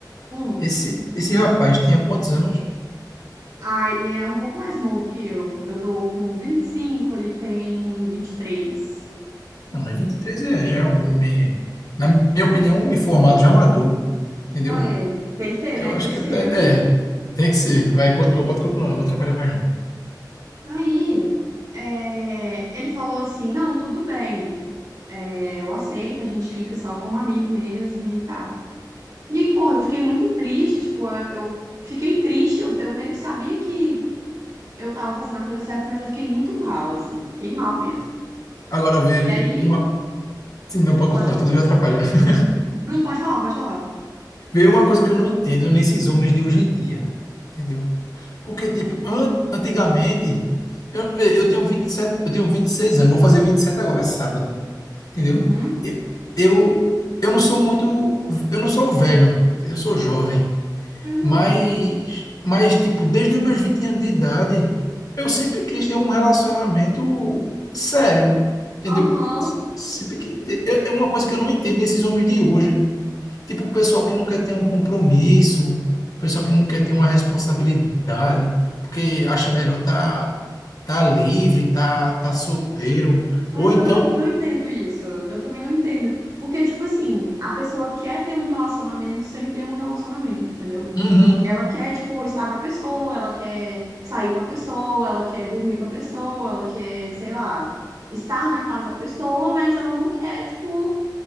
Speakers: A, on the right (about 55°); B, on the left (about 55°).
A: Um.
B: Esse, esse rapaz tinha quantos anos?
A: Ah, ele é um pouco mais novo que eu. Eu tô com vinte e cinco ele tem vinte e três
B: Não, mas 23, é, já é um homem, na minha opinião, um homem formado, já maduro. Entendeu?
A: É, tem que ter,
B: Eu
A: né?
B: acho
A: Tem que
B: que
A: ser,
B: até.
A: né?
B: É, tem que ser. Vai, continua, pode continuar, não vou atrapalhar mais não.
A: Aí, é, ele falou assim: não, tudo bem, é, eu aceito, a gente fica só como amigo mesmo e tá. E aí, porra, eu fiquei muito triste, tipo, eu eu fiquei triste, eu, eu meio que sabia que eu tava fazendo a coisa certa, mas eu fiquei muito mal, assim, fiquei mal mesmo.
B: Agora veio
A: E aí,
B: uma. Sim, não pode
A: pode
B: continuar,
A: falar.
B: tudo vai atrapalhar. <laughs>
A: Não, pode falar, pode falar.
B: Veio uma coisa que eu não entendo nesses homens de hoje em dia, entendeu? Porque, tipo, an- antigamente. Eu, vê, eu tenho 27 eu tenho 26 anos, vou fazer 27 agora, sábado, entendeu?
A: Uhum.
B: E- Eu, eu não sou muito. Eu não sou velho, entendeu? eu sou jovem.
A: Você é jovem.
B: Mas, mas, tipo, desde os meus 20 anos de idade, eu sempre quis ter um relacionamento sério, entendeu?
A: Aham.
B: Sempre que ter- é é uma coisa que eu não entendo nesses homens de hoje. Tipo, o pessoal que não quer ter um compromisso, o pessoal que não quer ter uma responsabilidade, porque acha melhor tá, tá livre, tá, tá solteiro. Ou
A: É,
B: então,
A: Eu também não entendo isso. Eu também não entendo. Porque, tipo assim, a pessoa quer ter um relacionamento sem ter um relacionamento, entendeu?
B: uhum,
A: Ela quer, tipo, estar com a pessoa, ela quer sair com a pessoa, ela quer dormir com a pessoa, ela quer, sei lá, estar na casa da pessoa, mas ela não quer, tipo,